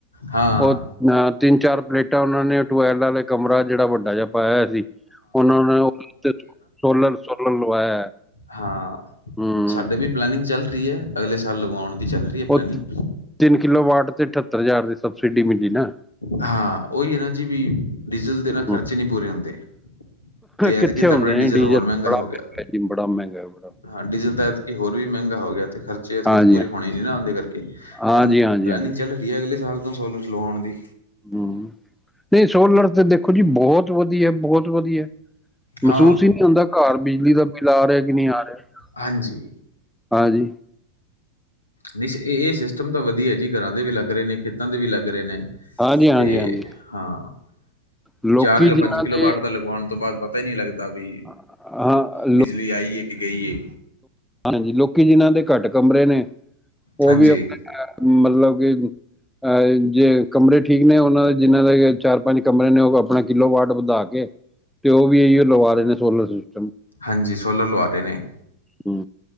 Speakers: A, on the left; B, in the centre.
A: ਹਾਂ
B: ਓ ਨਾਲ ਤਿੰਨ ਚਾਰ ਪਲੇਟਾਂ ਓਹਨਾਂ ਨੇ ਟੂਐਲ ਵਾਲੇ ਕਮਰਾ ਜੇਹੜਾ ਵੱਡਾ ਜਾ ਪਾਇਆ ਹੋਇਆ ਸੀ ਓਹਨਾਂ ਨੇ ਓਥੇ ਸੋਲਰ ਸੋਲਰ ਲਵਾਇਆ ਐ।
A: ਹਾਂ।
B: ਹੁਮ।
A: ਸਾਡੇ ਵੀ ਪਲੈਨਿੰਗ ਚੱਲ ਰਹੀ ਏ ਅਗਲੇ ਸਾਲ ਲਗਵਾਉਣ ਦੀ, ਚੱਲ ਰਹੀ ਏ ਪਲੈਨਿੰਗ।
B: ਉਹ ਤਿੰਨ ਕਿਲੋ ਵਾਟ ਤੇ ਅਠੱਤਰ ਹਜ਼ਾਰ ਦੀ ਸਬਸਿਡੀ ਮਿਲੀ ਨਾ
A: ਹਾਂ, ਓਈ ਏ ਨਾ ਜੀ ਵੀ ਡੀਜ਼ਲ ਦੇ ਨਾ
B: ਹੂੰ
A: ਖਰਚੇ ਨੀ ਪੂਰੇ ਹੁੰਦੇ। ਤੇ
B: ਕਿੱਥੇ
A: ਐਤਕੀ ਤਾਂ
B: ਹੁੰਦੇ
A: ਆਪਣੇ
B: ਨੇ ਡੀਜ਼ਲ
A: ਹੋਰ ਮਹਿੰਗਾ
B: ਬੜਾ ਮੈਂਗਾ
A: ਹੋ ਗਿਆ
B: ਜੀ ਬੜਾ ਮੈਂਗਾ ਬੜਾ।
A: ਹਾਂ ਡੀਜ਼ਲ ਤੇ ਐਤਕੀ ਹੋਰ ਵੀ ਮਹਿੰਗਾ ਹੋ ਗਿਆ ਤੇ ਖਰਚਾ ਸੇਹਤ
B: ਹਾਂਜੀ
A: ਕਿਤੇ ਪੂਰੀ ਹੋਣੇ ਏ ਨਾ ਓਂਹਦੇ ਕਰਕੇ,
B: ਹਾਂਜੀ
A: ਤਾਂ
B: ਹਾਂਜੀ
A: ਪਲੈਨਿੰਗ
B: ਹਾਂਜੀ
A: ਚੱਲ ਰਹੀ ਹੈ ਅਗਲੇ ਸਾਲ ਤੋਂ ਸੋਲਰ ਲਵਾਉਣ ਦੀ।
B: ਹੂੰ, ਨਈਂ ਸੋਲਰ ਤੇ ਦੇਖੋ ਜੀ ਬੋਹਤ ਵਦੀਐ ਬੋਹਤ ਵਦੀਆ। ਮਸੂਸ
A: ਹਾਂ
B: ਈ ਨਈ ਹੁੰਦਾ ਘਰ ਬਿਜਲੀ ਦਾ ਬਿੱਲ ਆ ਰਿਹਾ ਕਿ ਨਹੀਂ ਆ ਰਿਹਾ।
A: ਹਾਂਜੀ
B: ਹਾਂਜੀ।
A: ਨਈ ਏਹ ਸਿਸਟਮ ਤਾਂ ਵਦੀਆ ਜੀ ਘਰਾਂ ਦੇ ਵੀ ਲੱਗ ਰਹੇ ਨੇ ਖੇਤਾਂ ਦੇ ਵੀ ਲੱਗ ਰਹੇ ਨੇ
B: ਹਾਂਜੀ ਹਾਂਜੀ
A: ਤੇ
B: ਹਾਂਜੀ
A: ਹਾਂ,
B: ਲੋਕੀ
A: ਚਾਰ ਯਾ
B: ਜਿਨ੍ਹਾਂ
A: ਪੰਜ ਕਿੱਲੋ
B: ਦੇ
A: ਵਾਟ ਦਾ ਲਗਵਾਣ ਤੋਂ ਬਾਅਦ ਬਾ ਪਤਾ ਈ ਨਹੀਂ ਲੱਗਦਾ ਬੀ
B: ਹਾਂ
A: ਬਿਜਲੀ ਆਈ ਏ ਕਿ ਗਈ ਏ।
B: ਹਾਂਜੀ, ਲੋਕੀ ਜਿਨ੍ਹਾਂ ਦੇ ਘੱਟ ਕਮਰੇ ਨੇ ਓਹ
A: ਹਾਂਜੀ,
B: ਵੀ ਆਪਨੇ ਘਰ ਮਲਬ ਕਿ ਅਹੀ ਜੇ ਕਮਰੇ ਠੀਕ ਨੇ ਉਹਨਾਂ ਦੇ ਜਿਨਾਂ ਦੇ ਚਾਰ- ਪੰਜ ਕਮਰੇ ਨੇ ਉਹ ਆਪਣਾ ਕਿੱਲੋ ਵਾਟ ਵਧਾ ਕੇ ਤੇ ਉਹ ਵੀ ਇਹੀ ਲਵਾ ਰਹੇ ਨੇ ਸੋਲਰ ਸਿਸਟਮ।
A: ਹਾਂਜੀ ਸੋਲਰ ਲਆ ਰਹੇ ਨੇ।
B: ਹੂੰ